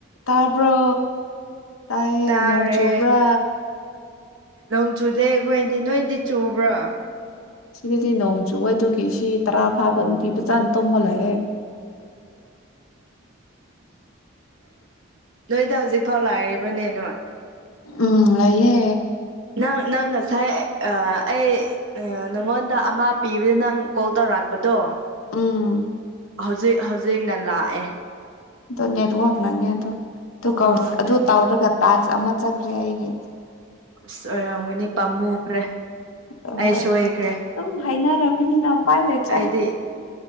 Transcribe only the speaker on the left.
ꯇꯥꯕ꯭ꯔꯣ ꯇꯥꯏꯌꯦ
ꯅꯣꯡ ꯆꯨꯕ꯭ꯔꯥ
ꯁꯤꯗꯗꯤ ꯅꯣꯡ ꯆꯨꯕ ꯑꯗꯨꯒꯤ ꯁꯤ ꯇꯔꯥ ꯐꯥꯕ ꯅꯨꯄꯤ ꯐꯖꯥꯅ ꯇꯨꯝꯃ ꯂꯩꯌꯦ
ꯎꯝ ꯂꯩꯌꯦ
ꯎꯝ
ꯑꯗꯨ ꯅꯦꯠꯋꯥꯛꯅꯅꯦ ꯑꯗꯨ ꯑꯗꯨ
ꯀꯧ ꯇꯧꯔꯒ ꯇꯥꯥꯛꯁ ꯑꯃ ꯆꯠꯈ꯭ꯔꯦ ꯑꯩꯒꯤ
ꯑꯗꯣ
ꯍꯣꯏ
ꯑꯗꯨꯝ ꯍꯥꯏꯅꯔꯕꯅꯤꯅ ꯎꯄꯥꯏ ꯂꯩꯇ꯭ꯔꯦ